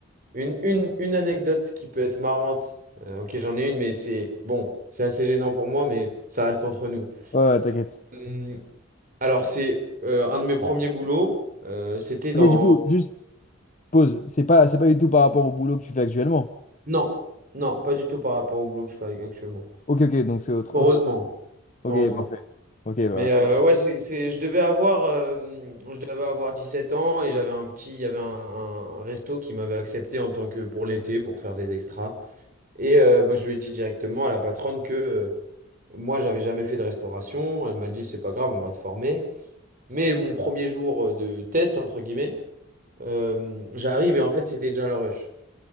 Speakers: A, on the right; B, on the left.
A: Une, une, une anecdote qui peut être marrante. Euh, ok, j'en ai une, mais c'est bon, c'est assez gênant pour moi, mais ça reste entre nous.
B: ouais, ouais, t'inquiète.
A: Hum, alors, c'est euh, un de mes premiers boulots. euh, c'était dans.
B: Ok, du coup, juste pause. C'est pas, c'est pas du tout par rapport au boulot que tu fais actuellement.
A: Non, non, pas du tout par rapport au boulot que je fais actuellement.
B: Ok, ok, donc c'est autre.
A: Heureusement.
B: Ok. Ok,
A: Heureusement.
B: parfait. Ok, bah.
A: Mais euh, ouais, c'est, c'est- je devais avoir, euh, je devais avoir 17 ans et j'avais un petit, il y avait un, un resto qui m'avait accepté en tant que pour l'été pour faire des extras. Et euh, bah, je lui ai dit directement à la patronne que euh, moi, j'avais jamais fait de restauration. Elle m'a dit, c'est pas grave, on va te former. Mais mon premier jour euh, de test, entre guillemets, euh, j'arrive et en fait, c'était déjà le rush.